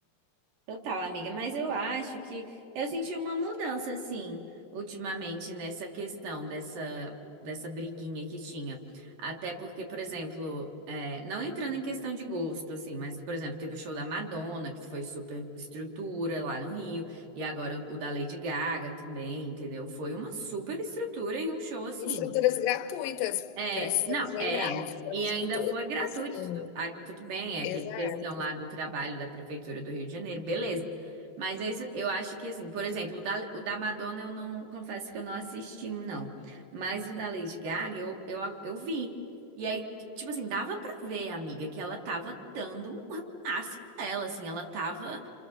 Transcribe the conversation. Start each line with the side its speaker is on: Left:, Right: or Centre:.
Right: Total, amiga, mas eu acho que eu senti uma mudança, assim, ultimamente nessa questão dessa, dessa briguinha que tinha. Até porque, por exemplo, é, não entrando em questão de gosto, assim, mas, por exemplo, teve o show da Madonna, que foi super estrutura lá no Rio, e agora o, o da Lady Gaga também, entendeu? Foi uma super estrutura e um show, assim,
Left: E estruturas gratuitas,
Right: é,
Left: precisamos
Right: não, é,
Left: lembrar que foram
Right: e ainda
Left: estruturas
Right: foi gratuito,
Left: assim
Right: tudo, ah, tudo bem, é aquela
Left: exato.
Right: questão lá do trabalho da Prefeitura do Rio de Janeiro, beleza. Mas é isso, eu acho que assim, por exemplo, o da, o da Madonna eu não, confesso que eu não assisti, não. Mas o da Lady Gaga eu, eu, eu vi. E aí, tipo assim, dava pra ver, amiga, que ela tava dando o máximo dela, assim, ela tava